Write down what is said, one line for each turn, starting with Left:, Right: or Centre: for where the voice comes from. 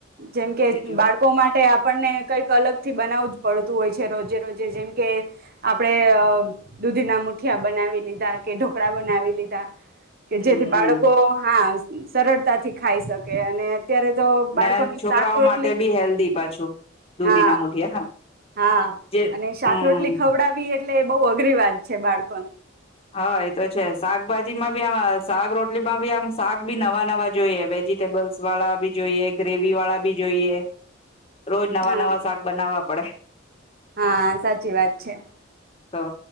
Right: જેમ કે
Left: બીજું
Right: બાળકો માટે આપ આપણને કંઈક અલગ થી બનાવું જ પડતું હોય છે રોજે રોજે જેમ કે આપણેે દૂધીના મુઠિયા બનાવી લીધા કે ઢોકળા બનાવી લીધા કે
Left: હમ
Right: જેથી બાળકો હા સરળતાથી ખાઈ શકે અને અત્યારે તો બાળકોની
Left: ને છોકરાઓ
Right: શાક રટલી
Left: માટે બી હેલ્ધી પાછું દૂધીના
Right: હા
Left: મુઠિયા
Right: હા
Left: જે
Right: અને શાક
Left: હમ
Right: રટલી ખવડાવી એટલે એ બહુ અઘરી વાત છે બાળકો ને
Left: હા એ તો છે શાકભાજી માં બી આમ શાક રોટલી માં બી આમ શાક ભી નવા નવા જોઈએ વેજીિટેબલ્સ વાળા બી જોઈએ ગ્રેવી વાળા જોઈએ રોજ નવા
Right: હા
Left: નવા શાક બનાવવા પડે
Right: હા સાચી વાત છે
Left: તો